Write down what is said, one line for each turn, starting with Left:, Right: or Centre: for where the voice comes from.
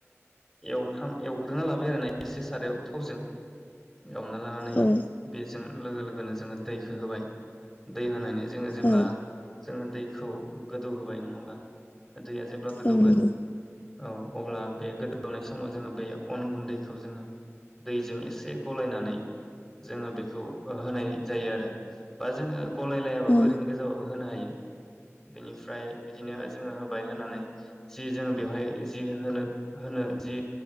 Centre: एवफ्राम एवग्रोना लाबाय आरोना एसे सारायाव थावजों। एवना लानानै
Left: औ
Centre: बेजों लोगो लोगोनो जोङो दैखो होबाय दै होनायनि जोङो जेब्ला।
Left: औ
Centre: जोङो दैखौ गोदौ होबाय नङा होमबा दैया जेब्ला गोदौगोन।
Left: औ नंगौ
Centre: औ अब्ला बे गोदौनाय समाव जोङो बे अन गुन्दैखौ जोङो दैजों एसे गलायनानै जोङो बेखौ होनाय जायो आरो बा जोङो गलाय लायाबाबो
Left: औ
Centre: ओरैनो गोजाबाबो। होनो हायो बिनिफ्राय बिदिनो जोङो होबाय होनानै जि जोङो बेवहाय जि होनो होनो जि